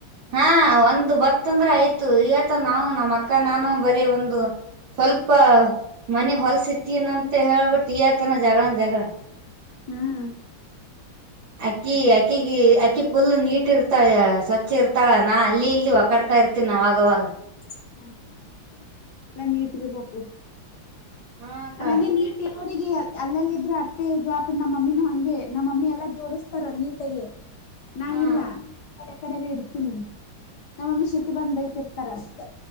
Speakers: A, on the right; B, on the left.
A: ಹಾ ಒಂದು ಬತ್ತಂದ್ರೆ ಆಯ್ತು ಇವತ್ತು ನಾವು ನಮ್ಮ ಅಕ್ಕ ನಾನು ಬರೀ ಒಂದು. ಸ್ವಲ್ಪ ಮನಿ ಹೊಲ್ಸಿತ್ತೀನ ಅಂತ ಹೇಳ್ಬಿಟ್ಟು ಈಯತನ ಜಗಳನ ಜಗಳ.
B: ಹ್ಮ್.
A: ಅಕ್ಕಿ ಅಕ್ಕಿಗೆ ಅಕ್ಕಿ ಪುಲ್ ನೀಟ್ ಇರ್ತಾಯ. ಸ್ವಚ್ಛ ಇರ್ತಾಳ ನಾ ಅಲ್ಲಿ ಇಲ್ಲಿ <unintelligible> ಇರ್ತೀನ ಅವಾಗವಾಗ.
B: ಹ ಎಲ್ಲ ನೀಟ್ರ್ಬೇಕು.
A: ಹಾ
B: <unintelligible>
A: ಅಕ್ಕ
B: ನೀಟ್ ಹರಿಗೆ ಅಲ್ಲೆಲ್ಲ ಇದ್ರೆ ಅಟ್ಟೆ ಇದು ಆತ ನಮ್ಮ ಮಮ್ಮಿನ ಹಂಗೆ ನಮ್ಮ ಮಮ್ಮಿ ಎಲ್ಲಾ ಜೋಡಿಸಸ್ತಾರ ನೀತೆಗೆ ನಾ
A: ಹಾ
B: ಇಲ್ಲ ಕಡೆ ಇಡ್ತೀನಿ ನಮ್ಮಮ್ಮಿ ಶೆಟ್ಟಿ ಬಂದ್ ಬೈತಿರ್ತಾರ ಅಂತ